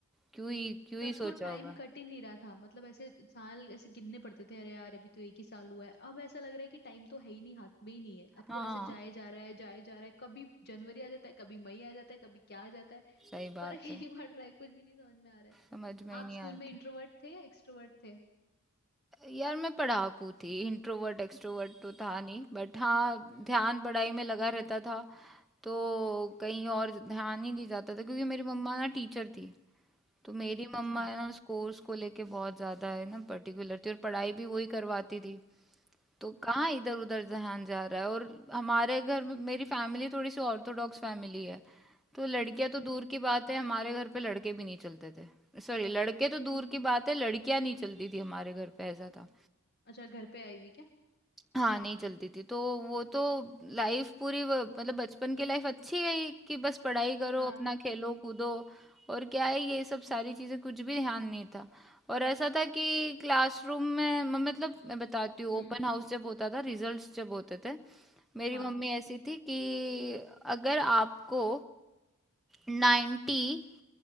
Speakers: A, in the centre; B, on the left.
A: क्यों ही क्यों
B: तब
A: ही सोचा
B: तो टाइम
A: होगा
B: कट ही नहीं रहा था मतलब ऐसे साल ऐसे गिनने पड़ते थे अरे यार अभी तो एक ही साल हुआ है अब ऐसा लग रहा है कि टाइम तो है ही नहीं हाथ में ही नहीं है अब
A: हाँ
B: तो ऐसे जाए जा रहा है जाए जा रहा है कभी जनवरी आ जाता है कभी मई आ जाता है कभी क्या आ जाता है
A: सही बात
B: फर्क ही
A: है
B: नहीं पड़ रहा है कुछ भी नहीं समझ में आ रहा है
A: समझ में ही
B: आप
A: नहीं
B: स्कूल
A: आता
B: में इंट्रोवर्ट थे या एक्सट्रोवर्ट थे
A: यार मैं पढ़ाकू थी इंट्रोवर्ट एक्सट्रोवर्ट तो था नहीं बट हाँ
B: हम्म
A: ध्यान पढ़ाई में लगा रहता था तो
B: हम्म
A: कहीं और ध्यान ही नहीं जाता था क्योंकि मेरी मम्मा ना टीचर थी तो मेरी
B: हम्म अच्छा
A: मम्मा है ना उस कोर्स को लेके बहुत ज्यादा है ना पर्टिकुलर थी और पढ़ाई भी वही करवाती थी तो
B: हम्म
A: कहाँ इधर उधर ध्यान जा रहा है और हमारे घर में मेरी फैमिली थोड़ी सी ऑर्थोडॉक्स फैमिली है तो लड़कियां
B: हम्म
A: तो दूर की बात है हमारे घर पे लड़के भी नहीं चलते थे सॉरी लड़के तो दूर की बात है लड़कियां नहीं चलती थी हमारे घर पे ऐसा था
B: अच्छा घर पे आई हुई क्या
A: हाँ, नहीं चलती थी। तो वो तो लाइफ पूरी व मतलब बचपन की लाइफ अच्छी गई कि बस पढ़ाई करो,
B: हाँ
A: अपना खेलो, कूदो और क्या है ये सब सारी चीज़ें कुछ भी ध्यान नहीं था। और ऐसा था कि क्लासरूम में म मतलब मैं बताती हूँ
B: हम्म
A: ओपन हाउस जब होता था, रिजल्ट्स जब होते थे, मेरी
B: हाँ
A: मम्मी ऐसी थी कि अगर आपको 90